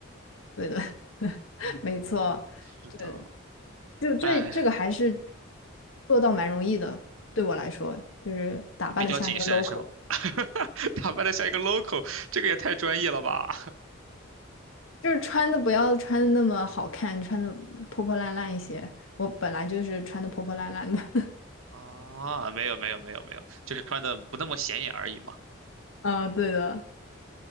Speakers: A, on the left (about 75°); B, on the right (about 85°).
A: 对的，<laughs>
B: 嗯，
A: 没错。
B: 是的，
A: 就就这这个还是
B: 哎。
A: 做到蛮容易的，对我来说，就是打扮的像一个
B: 比较谨慎是吗？
A: local，
B: <laughs> 打扮的像一个 local，这个也太专业了吧？
A: 就是穿的不要穿的那么好看，穿的破破烂烂一些。我本来就是穿的破破烂烂的。
B: 啊，没有没有没有没有，就是穿的不那么显眼而已嘛。
A: <laughs> 啊，对的。